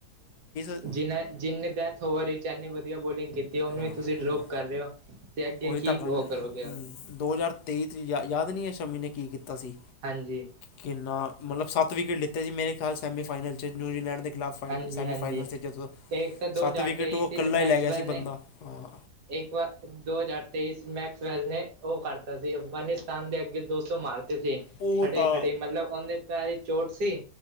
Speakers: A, on the left (about 80°); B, on the right (about 80°).
A: ਅ,
B: ਜਿਨਾ ਜਿੰਹਨੇ ਡੈਥ ਹੋਵਰ ਵੀਚ, ਏਨੀ ਵਧੀਆ ਬੋਲਿੰਗ ਕੀਤੀ। ਤੇ ਉਹਨੂੰ
A: ਹਾਂ
B: ਹੀ, ਤੁਸੀਂ ਡਰੋਪ
A: ਹਾਂ,
B: ਕਰ ਰਹੇ ਹੋ। ਤੇ ਅੱਗੇ
A: ਉਹੀ
B: ਕੀ
A: ਤਾਂ ਗੱਲ
B: ਉਹ
A: ਐ
B: ਕਰੋਗੇ
A: ਹੂੰ ਦੋ ਹਜ਼ਾਰ ਤੇਈ 'ਚ ਯਾ ਯਾਦ ਨਹੀਂ ਐ ਸ਼ਮੀ ਨੇ ਕੀ ਕੀਤਾ ਸੀ।
B: ਹਾਂਜੀ
A: ਕਿੰਨਾ ਮਤਲਬ ਸੱਤ ਵਿਕੇਟ ਲਿੱਤੇ ਸੀ ਮੇਰੇ ਖਿਆਲ ਸੈਮੀ ਫਾਈਨਲ 'ਚ ਨਿਊਜ਼ੀਲੈਂਡ ਦੇ ਅਗਲਾ ਫਾਈਨਲ
B: ਹਾਂਜੀ
A: ਸੈਮੀ
B: ਹਾਂਜੀ
A: ਫਾਈਨਲ 'ਤੇ ਜਦੋਂ
B: ਇੱਕ ਤਾਂ ਦੋ
A: ਸੱਤ
B: ਹਜ਼ਾਰ
A: ਵਿਕਟ
B: ਤੇਈਸ
A: ਉਹ
B: ਵਿੱਚ
A: ਕੱਲਾ ਹੀ
B: ਮੈਕਸਵੈਲ
A: ਲੈ ਗਿਆ ਸੀ
B: ਨੇ
A: ਬੰਦਾ ਹਾਂ
B: ਇੱਕ ਵਾਰ ਦੋ ਹਜ਼ਾਰ ਤੇਈ ਚ ਮੈਕਸ ਵੈ ਨੇ ਉਹ ਕਰਤਾ ਸੀ। ਅਫਗਾਨਿਸਤਾਨ ਦੇ ਅੱਗੇ ਦੋ ਸੋ ਮਾਰਤੇ ਸੀ।
A: ਉਹ
B: ਖੜੇ
A: ਤਾਂ
B: ਖੜੇ ਮਤਲਬ ਉਹਦੇ ਪੈਰ ਚੋਟ ਸੀ